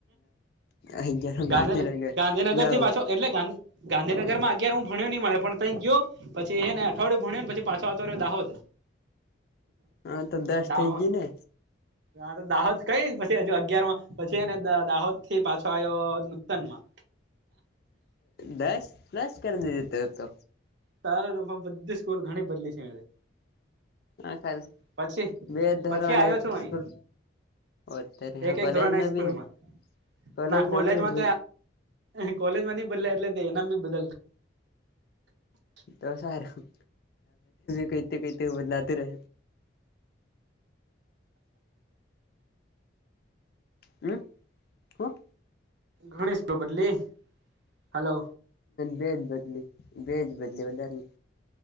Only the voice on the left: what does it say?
અગિયાર
લગ
નવ
હા તો દસ
થઈ ગય ને
દસ દસ કર જતો તો
હા ખાલી
બે ધોરણ
એક
સ્કૂલ અત્યારે હા
કોલેજ
ન
બી કોલેજ
ન
બી
તો સારુંહ કૈ તે કૈ તે બદલાતું રહે હ હબ
બેજ બદલી બેજ બદલી વધારેની